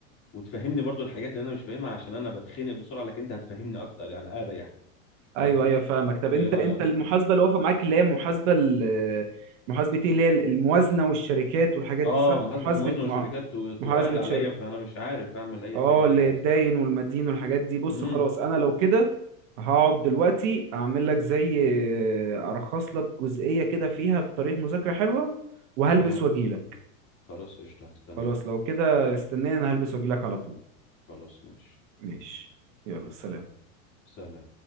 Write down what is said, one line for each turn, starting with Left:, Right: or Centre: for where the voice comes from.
Left: وتفهمني برضو الحاجات اللي انا مش فاهمها عشان انا بتخنق بسرعه لكن انت هتفهمني اكتر يعني اريح
Right: ايوه
Left: فاهم
Right: ايوه فاهمك طب
Left: فايه
Right: انت
Left: رايك
Right: انت المحاسبة اللي واقفة معاك اللي هي محاسبة ال- محاسبة ايه اللي هي الموازنة والشركات والحاجات
Left: اه
Right: دي صح
Left: محاسبه
Right: محاسبة
Left: الموازنه
Right: مع
Left: والشركات تو- تقال
Right: محاسبة
Left: عليا
Right: شركة
Left: فانا مش عارف اعمل اي
Right: اه
Left: حاجه فيهم
Right: اللي
Left: الصراحه
Right: الداين والمدين والحاجات دي بص
Left: امم
Right: خلاص انا لو كده هقعد دلوقتي اعمل لك زي ارخص لك جزئية كده فيها بطريقة مذاكرة حلوة وهلبس
Left: تمام
Right: واجيلك
Left: خلاص قشطه هستناك
Right: خلاص لو كده استناني انا هلبس واجيلك على طول
Left: خلاص ماشي
Right: ماشي يلا سلام
Left: سلام